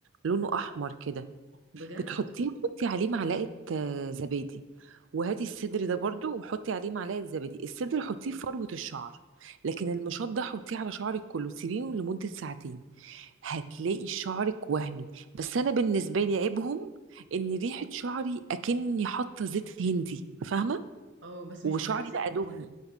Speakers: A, on the right; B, on the right.
A: لونه احمر كده
B: بجد
A: بتحطيه وتحطي عليه معلقه آه، زبادي وهاتي الصدر ده برضو وحطي عليه معلقه زبادي الصدر حطيه في فروه الشعر لكن المشط ده حطيه على شعرك كله سيبيه لمده ساعتين هتلاقي شعرك وهمي بس انا بالنسبه لي عيبهم ان ريحه شعري اكني حاطه زيت هندي فاهمه
B: اه بس
A: وشعري
B: مش بيتغسل
A: بقى دهني